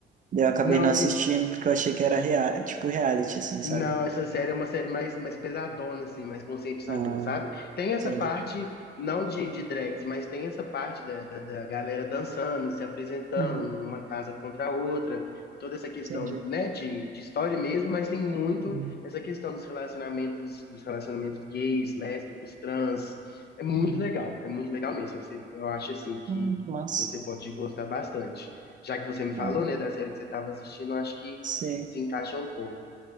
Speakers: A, on the right; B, on the left.
A: Daí eu acabei
B: Não,
A: não assistindo, porque eu achei que era rea tipo reality, assim, sabe?
B: Não, essa série é uma série mais, mais pesadona, assim, mais conscientizadora,
A: Ah,
B: sabe? Tem essa
A: entendi.
B: parte, não de, de drags, mas tem essa parte da, da, da galera dançando, se apresentando,
A: Uhum,
B: uma casa contra a outra, toda essa questão,
A: entendi.
B: né, de, de história mesmo, mas tem muito
A: Uhum,
B: essa questão dos relacionamentos, dos relacionamentos gays, lésbicos, trans. É muito
A: uhum.
B: legal, é muito legal mesmo. Você- eu acho, assim, que
A: Hum, massa.
B: você pode gostar bastante. Já que você me falou,
A: Ah,
B: né, da série que você estava assistindo, eu acho que
A: sim.
B: se encaixa um pouco.